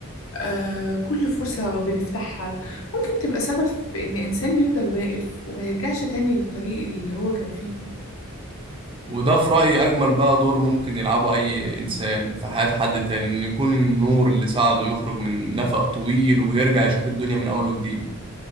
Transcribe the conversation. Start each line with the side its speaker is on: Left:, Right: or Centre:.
Left: آه كل فرصة بنفتحها ممكن تبقى سبب في إن إنسان يفضل واقف وما يرجعش تاني للطريق اللي هو كان فيه
Right: وده في رايي اجمل بقى دور ممكن يلعبه اي انسان في حياه حد تاني انه يكون النور اللي ساعده يخرج من نفق طويل ويرجع يشوف الدنيا من اول وجديد